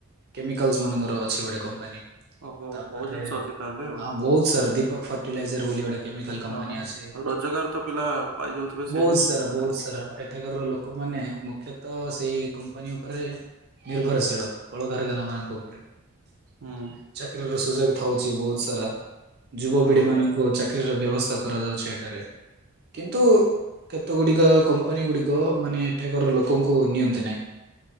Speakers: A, on the right; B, on the right.
A: କେମିକାଲ୍ସ ମାନଙ୍କର ଅଛି ଗୋଟେ କମ୍ପାନୀ।
B: ଓହୋ
A: ବହୁତ
B: ବହୁତ ଜିନିଷ ଅଛି ତାହେଲେ ଆଉ
A: ସାରା ଦୀପକ ଫର୍ଟିଲାଇଜର ବୋଲି ଗୋଟେ କେମିକାଲ କପାନୀ
B: ହଁ।
A: ଅଛି
B: ରୋଜଗାର ତ ପିଲା ପାଇଯାଉଥିବେ ସେଇଠି
A: ବହୁତ ସାରା
B: ସେ ପାଖରେ
A: ବହୁତ ସାରା ଏଠାକାର ଲୋକମାନେ ମାନେ ମୁଖ୍ୟ ତ ସେଇ କମ୍ପାନୀ ଉପରେ ନିର୍ଭରଶୀଳ କଳକାରଖାନା ମାନଙ୍କ ଉପରେ ତ
B: ହୁଁ
A: ଚାକିରୀର ସୁଯୋଗ ଥାଉଛି ବହୁତ ସାରା ଯୁବପିଢି
B: ହଁ
A: ମାନଙ୍କୁ ଚା ଚାକିରିର ବ୍ୟବସ୍ଥା କରାଯାଉଛି ଏଠାରେ କିନ୍ତୁ କେତେ ଗୁଡ଼ିକ କମ୍ପାନୀ ଗୁଡ଼ିକ ମାନେ ଏଠାକାର ଲୋକଙ୍କୁ ନିଅନ୍ତି ନାହିଁ।